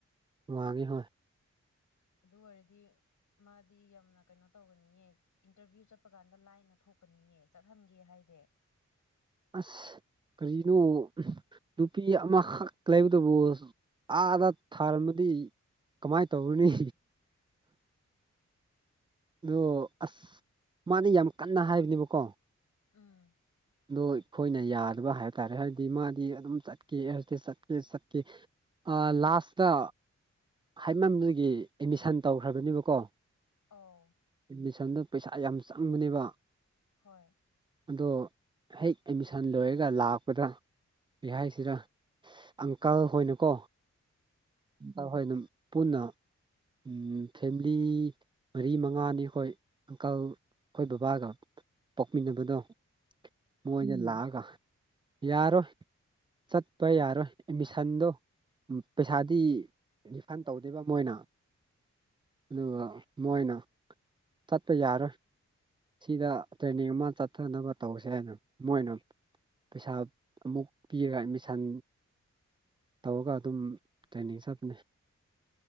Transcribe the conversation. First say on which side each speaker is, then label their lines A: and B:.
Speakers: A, on the right; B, on the left.
A: ꯋꯥꯒꯤ ꯍꯣꯏ
B: ꯑꯗꯨ ꯑꯣꯏꯔꯗꯤ ꯃꯥꯗꯤ ꯌꯥꯝꯅ ꯀꯩꯅꯣ ꯇꯧꯒꯅꯤꯌꯦ ꯏꯟꯇꯔꯚꯤꯌꯨ ꯆꯠꯄ ꯀꯥꯟꯗ ꯂꯥꯏꯅ ꯊꯣꯛꯀꯅꯤꯌꯦ ꯆꯠꯍꯟꯒꯦ ꯍꯥꯏꯗꯤ
A: ꯑꯁ ꯀꯔꯤꯅꯣ ꯅꯨꯄꯤ ꯑꯃꯈꯛ ꯂꯩꯕꯇꯕꯨ ꯑꯥꯗ ꯊꯥꯔꯝꯃꯗꯤ ꯀꯃꯥꯏꯅ ꯇꯧꯔꯨꯅꯤ ꯑꯗꯣ ꯑꯁ ꯃꯥꯗꯤ ꯌꯥꯝ ꯀꯟꯅ ꯍꯥꯏꯕꯅꯦꯕꯀꯣ
B: ꯎꯝ
A: ꯑꯗꯣ ꯑꯩꯈꯣꯏꯅ ꯌꯥꯗꯕ ꯍꯥꯏꯕ ꯇꯥꯔꯦ ꯍꯥꯏꯗꯤ ꯃꯥꯗꯤ ꯑꯗꯨꯝ ꯆꯠꯀꯦ ꯑꯦꯇꯤ ꯆꯠꯀꯦ ꯆꯠꯀꯦ ꯑ ꯂꯥꯁꯇ ꯍꯥꯏꯃꯝꯗꯨꯒꯤ ꯑꯦꯠꯃꯤꯁꯟ ꯇꯧꯈ꯭ꯔꯕꯅꯦꯕꯀꯣ
B: ꯑꯣ
A: ꯑꯦꯠꯃꯤꯁꯟꯗꯣ ꯄꯩꯁꯥ ꯌꯥꯝ ꯆꯪꯕꯅꯦꯕ
B: ꯍꯣꯏ
A: ꯑꯗꯣ ꯍꯦꯛ ꯑꯦꯠꯃꯤꯁꯟ ꯂꯣꯏꯔꯒ ꯂꯥꯛꯄꯗ ꯂꯩꯍꯥꯏꯁꯤꯗ ꯑꯪꯀꯜ ꯍꯣꯏꯅꯀꯣ ꯑꯪꯀꯜ ꯍꯣꯏꯅ ꯄꯨꯟꯅ ꯎꯝ ꯐꯦꯃꯤꯂꯤ ꯃꯔꯤ ꯃꯉꯥꯅꯤ ꯑꯩꯈꯣꯏ ꯑꯪꯀꯜ ꯑꯩꯈꯣꯏ ꯕꯕꯥꯒ ꯄꯣꯛꯄꯤꯅꯕꯗꯣ ꯃꯣꯏꯅ ꯂꯥꯛꯑꯒ ꯌꯥꯔꯣꯏ ꯆꯠꯄ ꯌꯥꯔꯣꯏ ꯑꯦꯠꯃꯤꯁꯟꯗꯣ ꯄꯩꯁꯥꯗꯤ ꯔꯤꯐꯟ ꯇꯧꯗꯦꯕ ꯃꯣꯏꯅ ꯑꯗꯨꯒ ꯃꯣꯏꯅ ꯆꯠꯄ ꯌꯥꯔꯣꯏ ꯁꯤꯗ ꯇ꯭ꯔꯦꯟꯅꯤꯡ ꯑꯃ ꯆꯠꯊꯅꯕ ꯇꯧꯁꯦ ꯍꯥꯏꯅ ꯃꯣꯏꯅ ꯄꯩꯁꯥ ꯑꯃꯨꯛ ꯄꯤꯔꯒ ꯑꯦꯠꯃꯤꯁꯟ ꯇꯧꯔꯒ ꯑꯗꯨꯝ ꯇ꯭ꯔꯦꯅꯤꯡ ꯆꯠꯄꯅꯦ